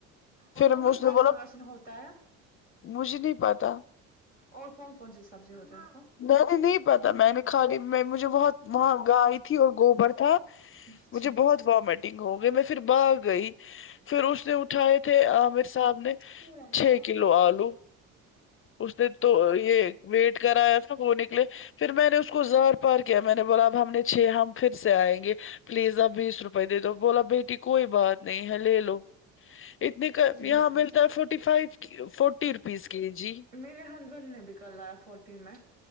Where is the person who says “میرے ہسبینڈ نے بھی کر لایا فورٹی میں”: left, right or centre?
Right